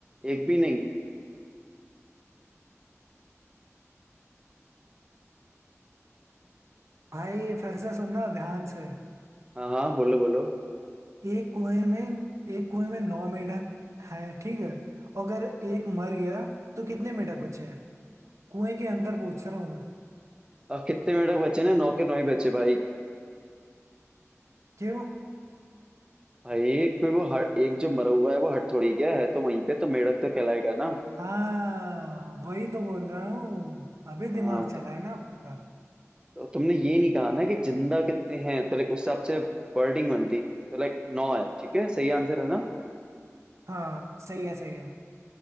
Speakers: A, on the right; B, on the right.
A: एक भी नहीं
B: भाई फिर से सुनना ध्यान से
A: हाँ हाँ बोलो बोलो
B: एक कुएं में एक कुएं में नौ मेंढक हैं ठीक है और अगर एक मर गया तो कितने मेंढक बचे हैं कुएं के अंदर पूछ रहा हूं मैं
A: अब कितने मेंढक बचे ना नौ के नौ ही बचे भाई
B: क्यों
A: भाई कोई वो हट एक जो मरा हुआ है वो हट थोड़ी गया है तो वहीं पे तो मेंढक तो कहलाएगा ना
B: हाँ वही तो बोल रहा हूँ अभी
A: हाँ
B: दिमाग चला
A: तो
B: है ना आपका
A: तो तुमने ये नहीं कहा ना कि जिंदा कितने हैं तो लाइक उस हिसाब से वर्डिंग बनती तो लाइक नौ है ठीक है सही आंसर है ना
B: हाँ सही है सही है